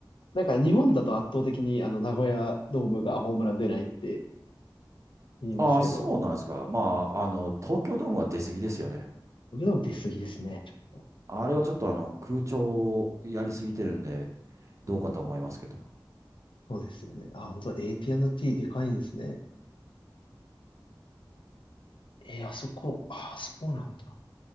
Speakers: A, on the left; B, on the right.
A: なんか日本だと圧倒的にあの名古屋ドームがホームラン出ないって言いますけど、
B: ああ、そうなんですか。まあ、あの、東京ドームは出過ぎですよね。
A: 僕でも出過ぎですね。ちょ
B: あれはちょっとあの、空調をやりすぎてるんで、どうかと思いますけど。
A: っとうんそうですよね。あ、本当 AT&T でかいんですね。えーあそこ、あ、そうなんだ。